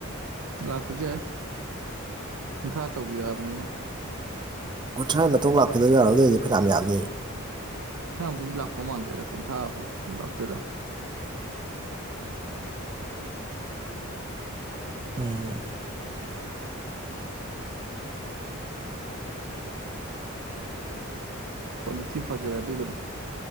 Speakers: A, on the right (about 75°); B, on the right (about 20°).
A: ꯂꯥꯛꯄꯁꯨ ꯌꯥꯏ ꯀꯨꯟꯊ꯭ꯔꯥ ꯇꯧꯕꯤꯌꯣ ꯍꯥꯏꯕꯅꯤꯅ
B: ꯀꯨꯟꯊꯔꯥ ꯃꯇꯨꯡ ꯂꯥꯛꯈꯤꯗꯣꯏ ꯖꯠꯂꯣ ꯑꯗꯣꯏꯗꯤ ꯐꯅꯌꯥꯝ ꯌꯥꯝꯅꯤꯅꯦ
A: ꯀꯨꯟꯊꯔꯥ ꯃꯇꯨꯡꯗꯤ ꯂꯥꯛꯇꯧ ꯃꯥꯟꯗꯔ꯭ꯦꯗ ꯀꯨꯟꯊꯔꯥ ꯐꯥꯎꯕ ꯂꯥꯛꯇꯣꯏꯔꯥ
B: ꯎꯝ
A: ꯀ꯭ꯋꯥꯂꯤꯇꯤ ꯐꯖꯔꯗꯤ ꯑꯗꯨꯝ